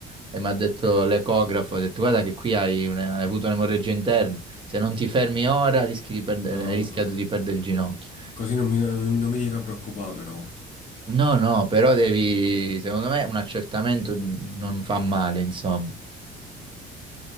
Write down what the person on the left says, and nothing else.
No,
bro.
Così non mi, non mi non mi devi far preoccupare però.